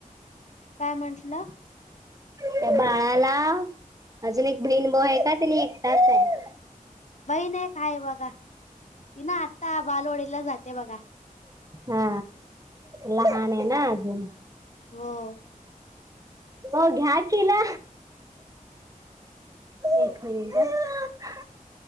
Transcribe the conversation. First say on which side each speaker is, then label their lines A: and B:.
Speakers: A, on the left; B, on the right.
A: काय म्हटल
B: त्या बाळाला अजून एक बहीण, भाऊ आहे का तिने एकटाच आहे
A: बहीण एक हाय बघा तीन आता बालवडीला जातीय बघा
B: हा लहान आहे ना अजून
A: हो
B: ओ घ्या की हीला एक मिनिट हा